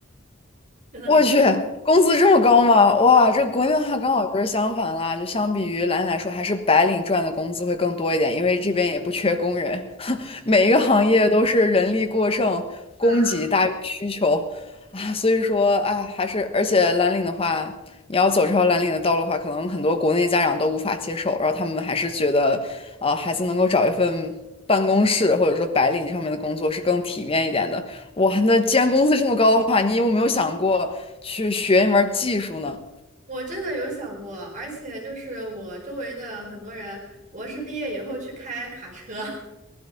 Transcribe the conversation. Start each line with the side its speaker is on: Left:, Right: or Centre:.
Right: 真的很羡
Left: 我去，工资这么高吗？哇，这国内的话刚好就是相反啦，就相比于蓝领来说，还是白领赚的工资会更多一点，因为这边也不缺工人，<laughs> 每一个行业都是人力过剩，
Right: 慕啊！
Left: 供给大于需求啊，所以说，哎，还是而且蓝领的话，你要走这条蓝领的道路的话，可能很多国内家长都无法接受，然后他们还是觉得，呃，孩子能够找一份办公室或者说白领上面的工作是更体面一点的。哇，那既然工资这么高的话，你有没有想过去学一门儿技术呢？
Right: 我真的有想过，而且就是我周围的很多人博士毕业以后去开卡车。